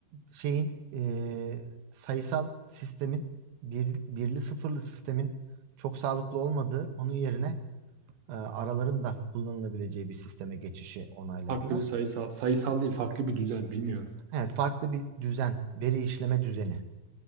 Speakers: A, on the right; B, on the right.
A: şeyin eee, sayısal sistemin bir, birli sıfırlı sistemin çok sağlıklı olmadığı onun yerine eee, araların da kullanılabileceği bir sisteme geçişi onayladılar.
B: Farklı bir sayısal, sayısal değil farklı bir düzen bilmiyorum.
A: Evet farklı bir düzen veri işleme düzeni